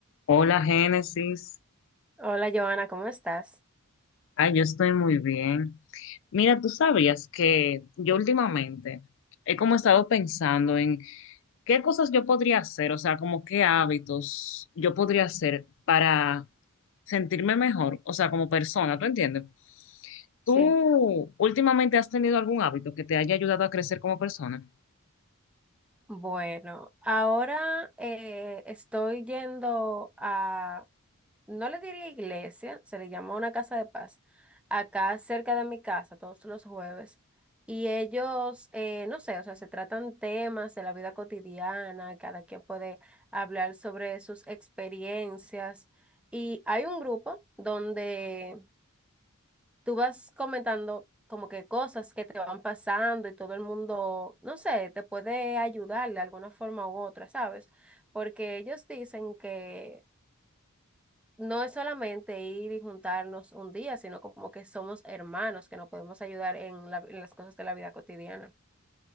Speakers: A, on the left (about 60°); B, in the centre.
A: Hola Génesis,
B: Hola, Joana, ¿cómo estás?
A: ay, yo estoy muy bien. Mira, tú sabías que yo últimamente he como estado pensando en qué cosas yo podría hacer, o sea, como qué hábitos yo podría hacer para sentirme mejor, o sea, como persona, ¿tú entiendes? ¿Tú
B: Sí.
A: últimamente has tenido algún hábito que te haya ayudado a crecer como persona?
B: Bueno, ahora eh, estoy yendo a, no le diría iglesia, se le llama una casa de paz, acá cerca de mi casa, todos los jueves. Y ellos, eh, no sé, o sea, se tratan temas de la vida cotidiana, cada quien puede hablar sobre sus experiencias. Y hay un grupo donde tú vas comentando como que cosas que te van pasando y todo el mundo, no sé, te puede ayudar de alguna forma u otra, ¿sabes? Porque ellos dicen que no es solamente ir y juntarnos un día, sino como que somos hermanos, que nos podemos ayudar en la- en las cosas de la vida cotidiana.